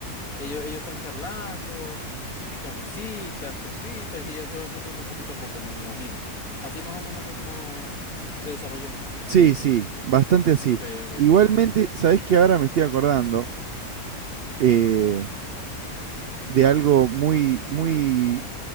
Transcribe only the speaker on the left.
Ellos, ellos están charlando, típicas risitas, cositas, y ella se va soltando poquito a poco, me imagino. Así más o menos fue como se desarrolló.
Ok, ok,
ok.